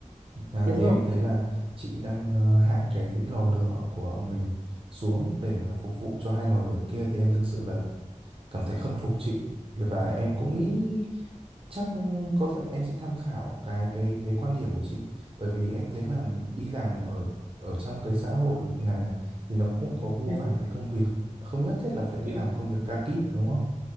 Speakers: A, on the right; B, on the right.
A: À,
B: đúng
A: thì
B: rồi
A: em thấy là chị đang ờ, hạ cái lò lửa của mình xuống để mà phục vụ cho hai lò lửa kia thì em thực sự là cảm thấy khâm phục chị và em cũng nghĩ chắc có thể là em sẽ tham khảo cái cái cái quan điểm của chị bởi vì em thấy là đi làm ở ở trong cái xã hội này này thì nó cũng có vô
B: ừ
A: vàn cái công việc không nhất thiết là phải đi
B: ừ
A: làm công việc ca kíp đúng không